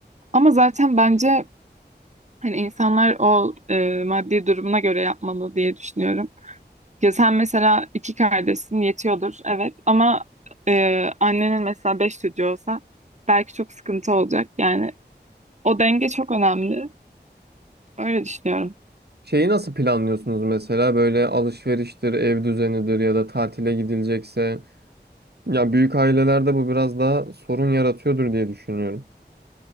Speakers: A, on the right; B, on the right.
A: Ama zaten bence hani insanlar o e, maddi durumuna göre yapmalı diye düşünüyorum. Ya sen mesela iki kardeşsin yetiyordur evet ama e, annenin mesela beş çocuğu olsa belki çok sıkıntı olacak. Yani o denge çok önemli. Öyle düşünüyorum.
B: Şeyi nasıl planlıyorsunuz mesela böyle alışveriştir, ev düzenidir ya da tatile gidilecekse? Ya büyük ailelerde bu biraz daha sorun yaratıyordur diye düşünüyorum.